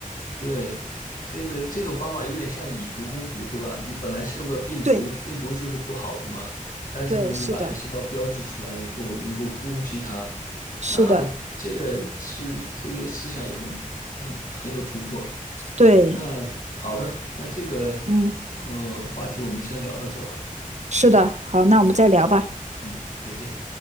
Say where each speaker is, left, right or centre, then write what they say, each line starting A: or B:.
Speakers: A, on the left; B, on the right.
A: 对，这个这种方法有点像以毒攻毒，对吧？你本来是用个病毒，
B: 对
A: 病毒就是不好的嘛，但是呢，
B: 对，
A: 你把癌细胞标记出来了以后，
B: 是的，
A: 能够攻击它，
B: 是的，
A: 那这个是这个思想也很很很有突破。
B: 对，
A: 那好的，那这个呃话题我们先聊到这吧，
B: 嗯，是的。好，那我们再聊吧。
A: 嗯，再见。